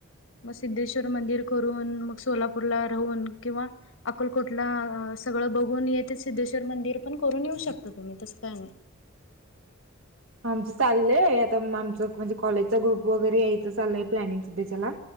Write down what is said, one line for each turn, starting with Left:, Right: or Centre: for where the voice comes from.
Left: मग सिद्धेश्वर मंदिर करून मग सोलापूर र राहून किंवा अकोलकोटला सगळं बघून येते सिद्धेश्वर मंदिर पण करून येऊ शकता तुम्ही तस काय नाही
Right: आमचं चाललंय आता आमचं म्हणजे कॉलेजचा ग्रुप वगैरे यायचं चाललंय प्लॅनिंग सुद्धा त्याला